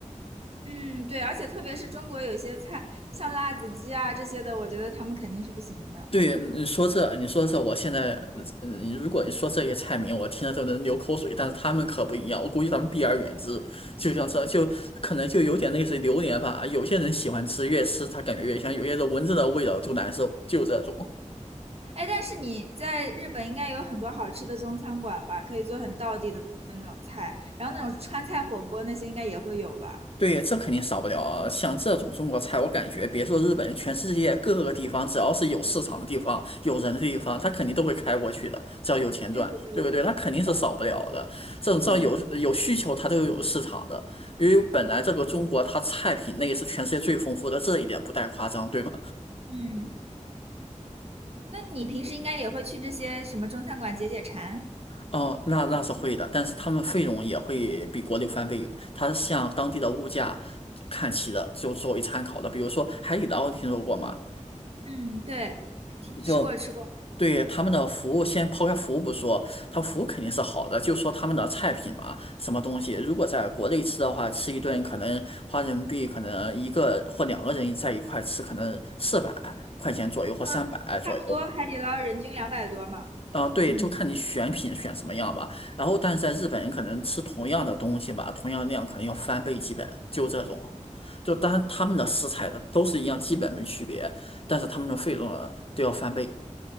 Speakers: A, on the right; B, on the left.
A: 嗯，对，而且特别是中国有些菜，像辣子鸡啊这些的，我觉得他们肯定是不行的。
B: 对，你说这，你说这，我现在，嗯，如果你说这些菜名，我听着都能流口水，但是他们可不一样，我估计他们避而远之。就像这就可能就有点类似于榴莲吧，有些人喜欢吃，越吃他感觉越香，有些人闻着的味道就难受，就这种。
A: 哎，但是你在日本应该有很多好吃的中餐馆吧？可以做很道地的那种菜，然后那种川菜火锅那些应该也会有吧？
B: 对，这肯定少不了啊。像这种中国菜，我感觉别说日本，全世界各个地方，只要是有市场的地方、有人的地方，他肯定都会开过去的，只要有钱赚，
A: 对对对对，
B: 对不对？他肯定是少不了的。
A: 是的，
B: 这种只要有有需求，
A: 嗯
B: 它都有市场的。因为本来这个中国，它菜品类是全世界最丰富的，这一点不带夸张，对吗？
A: 嗯，那你平时应该也会去这些什么中餐馆解解馋？
B: 哦，那那是会的，但是他们费用也会比国内翻倍，它向当地的物价看齐的，就作为参考的。比如说海底捞，听说过吗？
A: 嗯，对，吃吃过吃过，
B: 就对他们的服务，先抛开服务不说，他服务肯定是好的，就说他们的菜品嘛，什么东西，如果在国内吃的话，吃一顿可能花人民币可能一个或两个人在一块吃，可能四百块钱左右或三百左右。
A: 嗯，差不多海底捞人均两百多嘛。
B: 啊，对，
A: 嗯。
B: 就看你选品选什么样吧。然后，但是在日本人可能吃同样的东西吧，同样量可能要翻倍，基本就这种。就当然他们的食材的都是一样，基本没区别，但是他们的费用啊都要翻倍。